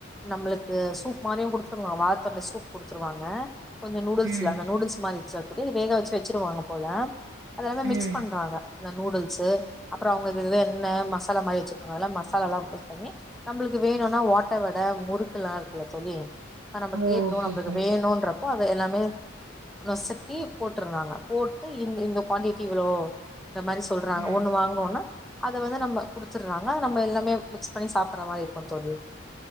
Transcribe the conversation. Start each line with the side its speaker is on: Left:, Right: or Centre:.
Centre: நம்ளுக்கு சூப் மாரியு குடுத்துருவாங்க வாழத்தண்டு சூப் குடுத்துருவாங்க கொஞ்ச நூடுல்ஸ்ல்ல
Right: ம்
Centre: அந்த நுடுல்ஸ் மாரி இருந்ச்சு அது வேக வெச்சு வெச்சுருவாங்க போல அது எல்லாமே மிக்ஸ்
Right: ம்
Centre: பண்றாங்க இந்த நூடுல்ஸ்சு அப்றம் அவங்க இது இது என்ன மசாலா மாரி வெச்சுக்கணுல்ல மசாலால்லா யூஸ் பண்ணி நம்ளுக்கு வேணுனா ஓட்ட வட முறுக்குலா இருக்குல்ல தோழி இப்ப நம்ப
Right: ஓ
Centre: கேட்டோ
Right: ஓகே
Centre: நம்ளுக்கு
Right: ஓகே
Centre: வேணுன்ற ப்ப அத எல்லாமே நொசக்கி போட்டுர்றாங்க போ ட்டு இந்த இந்த குவாண்டட்டி இவ்ளோ இந்த மாரி சொல்றாங்க
Right: ம்
Centre: ஒண்ணு வாங்ணுனா அத வந்து நம்ப குடுத்தர்றாங்க நம்ப எல்லாமே மிக்ஸ் பண்ணி சாப்பிர்ற மாரி இருக்கு தோழி